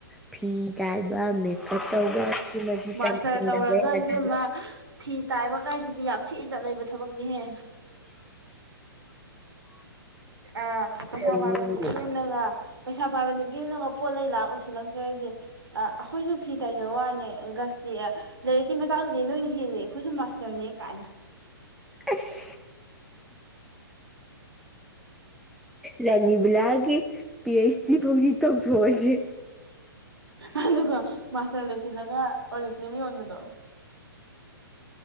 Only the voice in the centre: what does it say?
ꯐꯤ ꯇꯥꯏꯕ ꯃꯦꯀꯞ ꯇꯧꯕ ꯁꯤꯃꯗꯤ
ꯇꯝꯗꯕ
ꯌꯥꯗꯕ
ꯀꯩꯅꯣꯅꯦ
ꯑꯁ ꯔꯥꯅꯤꯕꯨ ꯂꯥꯛꯑꯒꯦ ꯄꯤ ꯑꯩꯆ ꯗꯤ ꯐꯥꯎꯗꯤ ꯇꯧꯊꯣꯛꯑꯁꯦ